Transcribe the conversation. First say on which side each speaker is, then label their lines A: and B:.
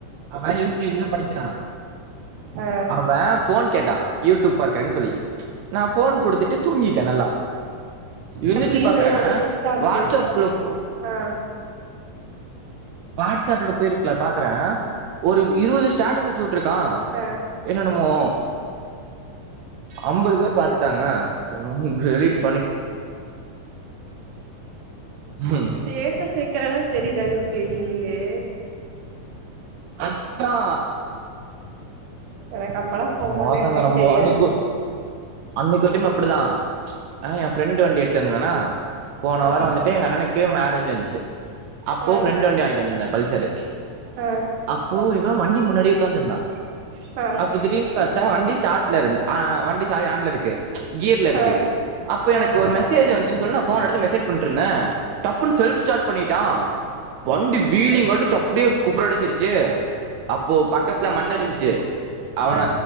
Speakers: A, on the right; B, on the right.
A: அவ யூ கே ஜி தா படிக்கிறா
B: ஆ.
A: அவன் போன் கேட்டான் யூடியூப் பாக்குறேன்னு சொல்லி நா போன் கொடுத்துட்டு தூங்கிட்டேன் நல்லா எந்துச்சு
B: தம்பியும்
A: பாக்குறேன்
B: ஒரு வயசு தான் ஆகுது.
A: வாட்ஸ்ப் குல்ல போ
B: ஆ.
A: வாட்ஸ்ப்ல போய இருக்கல பாக்குறே ஒரு இருபது ஸ்டஸ் வச்சு விட்டுருக்க
B: ஆ
A: என்னமோ அம்பது பேர் பாத்துட்டாங்க டெலிட் ம்
B: சஸ்டேட்டஸ் வைக்கிற அளவுக்கு தெரிதா யூ கே ஜி இல்லயே
A: அதா
B: எனக்கு அப்பல்லா ஃபோனே
A: மோசங்க
B: என்னனே
A: ரொம்ப
B: தெரியாது
A: அன்னைக்கு அன்னனைக்குத்தியம அப்படித்தா ஆஹ் என் ஃப்ரெண்ட் வண்டி எட்டு வந்ததுனா போன
B: ஆ
A: வாரம் வந்துட்டு எங்க அண்ணனுக்கு மேரேஜ் வந்துச்சு அப்போ
B: ஆ
A: ஃப்ரெண்ட் வண்டி வாங்கிட்டு வந்தேன் பல்சரு
B: ஆ
A: அப்போ இவ வண்டி முன்னாடி உட்காந்து இருந்தா
B: ஆ
A: அப்ப திடின்னு பாரத்தா வண்டி ஸ்டார்ட் ல இருதுசு வண்டி சாவி ஆன்ல இருக்கு கியர்ல இருக்கு
B: ஆ
A: அப்ப எனக்கு
B: ஆ
A: ஒரு மெஜ் வந்துசு சொல்ல நா போன் எடுத்து மெசேஜ் பண்ணிட்டு இருந்த டப்னு செல்ஃப் ஸ்டார் பண்ணிடா வண்டி வில்லிங் அடிச்சி அப்படியே குபுர அடிச்சிடுச்சு அப்போ பக்கத்துல மண் இருந்துச்சு அவன
B: ஆ